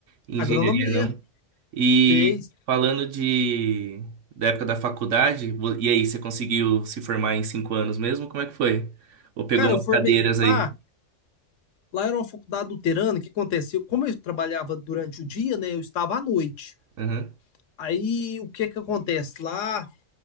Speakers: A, on the right; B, on the left.
A: engenharia,
B: agronomia
A: não. E
B: fez.
A: falando de... da época da faculdade, vo- e aí, você conseguiu se formar em cinco anos mesmo? Como é que foi? Ou pegou
B: Cara,
A: umas
B: eu formei
A: cadeiras aí?
B: lá, lá era uma faculdade luterana, o que aconteceu? Como eu trabalhava durante o dia, né, eu estava à noite.
A: Aham,
B: Aí, o que que acontece? Lá,